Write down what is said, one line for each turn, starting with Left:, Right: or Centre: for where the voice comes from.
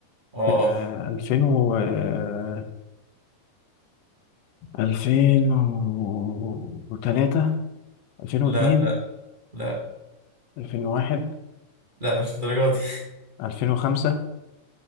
Right: آه
Left: آه 2000 و آه، 2003 2002
Right: لا لا لا
Left: 2001
Right: لا مش الدرجة دي
Left: 2005